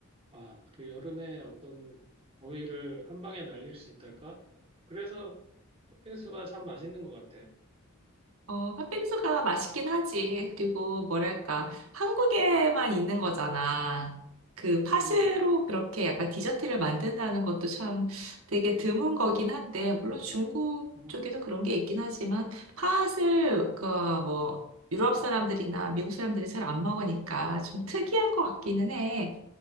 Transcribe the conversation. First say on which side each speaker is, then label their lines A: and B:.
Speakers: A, on the right (about 25°); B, on the right (about 80°).
A: 아, 그 여름에 어떤 더위를 한 방에 날릴 수 있달까? 그래서 팥빙수가 참 맛있는 것 같아.
B: 어, 팥빙수가 맛있긴 하지. 그리고 뭐랄까, 한국에만 있는 거잖아. 그 팥으로
A: 음,
B: 그렇게 약간 디저트를 만든다는 것도 참 되게 드문 거긴 한데, 물론 중국
A: 음,
B: 쪽에도 그런 게 있긴 하지만, 팥을, 그, 뭐, 유럽 사람들이나 미국 사람들이 잘 안 먹으니까 좀 특이한 것 같기는 해.